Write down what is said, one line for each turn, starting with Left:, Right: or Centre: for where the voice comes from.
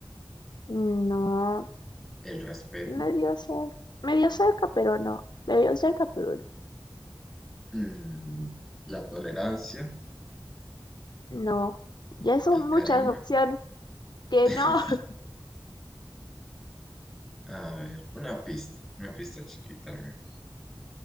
Left: no,
Centre: el respeto,
Left: medio cerca, medio cerca, pero no, medio cerca, pero no.
Centre: mm, la tolerancia.
Left: No, ya son
Centre: El cariño.
Left: muchas opciones que
Centre: <laughs>
Left: no. <laughs>
Centre: A ver, una pista, una pista chiquita al menos.